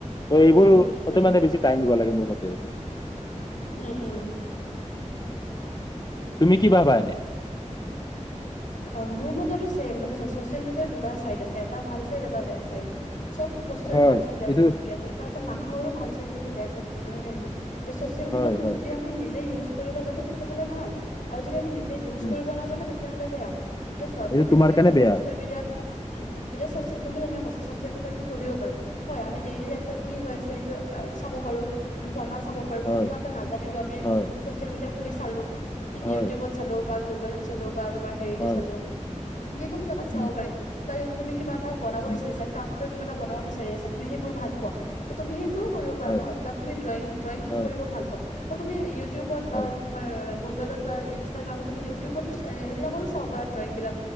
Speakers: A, on the left (about 35°); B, on the left (about 80°).
A: ত এইবোৰ
B: উম উম উম
A: মতে মানে বেছি টাইম দিব লাগে। মোৰ মতে।
B: উম! উম!
A: তুমি কি ভাবা এনেই?
B: অঁ মোৰ মতেতো চে মানে ছচিয়েল মিডিয়াৰ দুটা চাইড আছে এটা ভাল চাইড এটা বেয়া চাইড। চব বস্তুৰে
A: হয়
B: ভাল চাইড বেয়া
A: এইটো
B: চাইড থাকে যেনেকুৱা মানুহৰ ভাল চাইড থাকে বেয়া চাইড থাকে হয় নে নহয় ছচিয়েল
A: হয়
B: মিডিয়াটো
A: হয়
B: যদি আমি নিজে ইউজ কৰো কৰিব জানো তেতিয়া হ'লে ভাল আৰু যদি আমি নিজে নিযে ইউজ
A: উম
B: কৰিব নাজানো তেতিয়াহ'লে বেয়া। <unintelligible> এতিয়া চোৱা
A: এইটো
B: তুমি
A: তোমাৰ
B: যেনেকে
A: কাৰণে
B: কৈছা
A: বেয়া
B: ছচিয়েল মিডিয়াত উম যেতিয়া চছিয়েল মিডিয়াত তুমি যেনেকৈ কৈছা ছচিয়েল মিডিয়াত আমি পঢ়িব পাৰো হয় আমি ডেইলি লাইভত কি হৈ আছে সেইটো চাব পাৰো পঢ়া চাব পাৰো
A: হয়
B: কিবা এটা নাজানিলো আমি
A: হয়
B: চছিয়েল মিডিয়া খুলি চালো
A: হয়
B: ইউটিউবত চালো বা গুগলত চালো বা তোমাৰ ত
A: হয়
B: চালো যিকোনো জেগাত চাব
A: উম
B: পাৰে বা তুমি কিবা এটা বনাব
A: উম
B: বিচাৰিছা ক্ৰাফ্ট কিবা এটা বনাব বিচাৰি আছা তুমি সেইবোৰ ভালপোৱা ত' তুমি সেই সেইটো কৰিব পাৰা
A: হয়
B: ন বা তুমি ড্ৰয়িং ড্ৰয়িং
A: হয়
B: কৰিব ভাল পোৱা ত তুমি ইউ ইউটিউবত বা
A: হয়
B: তোমাৰ গুগলত বা ইনষ্টাগ্ৰামত তুমি ইউটিউবতো সেইবিলাকতো চাব পাৰা ড্ৰয়িং বিলাক।